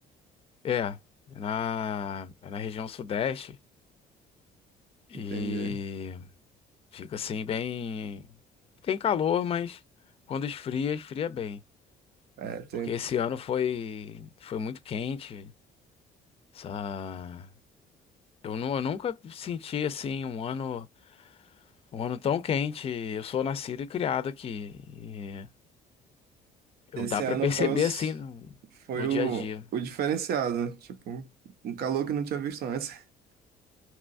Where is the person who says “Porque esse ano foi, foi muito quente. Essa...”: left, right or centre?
Left